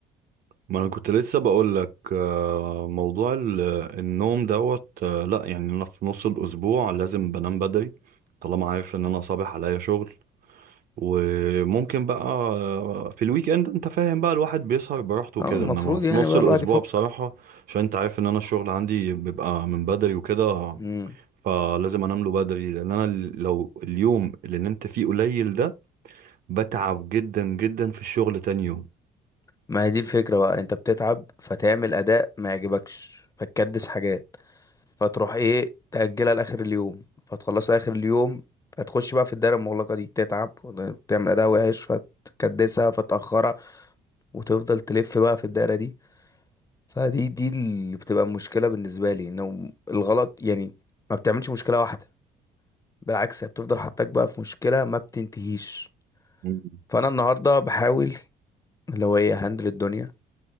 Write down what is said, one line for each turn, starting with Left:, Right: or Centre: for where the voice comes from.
Right: ما انا كنت لسه بقول لك آه، موضوع ال- النوم دوت آه، لا يعني انا في نص الاسبوع لازم بنام بدري طالما عارف ان انا صابح عليا شغل وممكن بقى آه، في الويك اند انت فاهم بقى الواحد بيسهر براحته وكده
Left: اه المفروض
Right: انما في
Left: يعني
Right: نص
Left: بقى
Right: الاسبوع
Left: الواحد يفك
Right: بصراحة عشان انت عارف ان انا الشغل عندي بيبقى من بدري وكده
Left: امم
Right: فلازم انام له بدري لان انا لو اليوم اللي نمت فيه قليل ده بتعب جدا جدا في الشغل تاني يوم
Left: ما هي دي الفكره بقى انت بتتعب فتعمل اداء ما يعجبكش فتكدس حاجات فتروح ايه تاجلها لاخر اليوم فتخلصها اخر اليوم فتخش بقى في الدايره المغلقه دي تتعب وتعمل اداء وحش فتكدسها فتاخرها وتفضل تلف بقى في الدايره دي فدي دي اللي بتبقى مشكلة بالنسبة لي انه الغلط يعني ما بتعملش مشكلة واحدة بالعكس هي بتفضل حطاك بقى في مشكلة ما بتنتهيش
Right: مم.
Left: فانا النهاردة بحاول اللي هو ايه هندل الدنيا